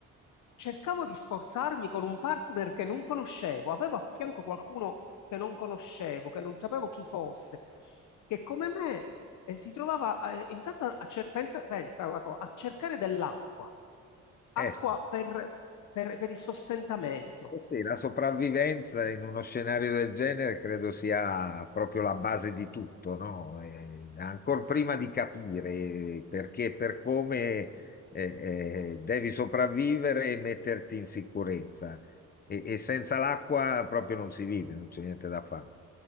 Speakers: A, on the left (about 75°); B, on the left (about 30°).
A: cercavo di sforzarmi con un partner che non conoscevo, avevo a fianco qualcuno che non conoscevo, che non sapevo chi fosse, che come me eh, si trovava eh, intanto a, cer- pensa- pensa alla co- a cercare dell'acqua, acqua
B: Eh sì,
A: per, per- per il sostentamento,
B: Eh sì, la sopravvivenza in uno scenario del genere credo sia proprio la base di tutto, no? Eh, ancor prima di capire perché, per come eh, eh, devi sopravvivere e metterti in sicurezza. E, e senza l'acqua proprio non si vive, non c'è niente da fare.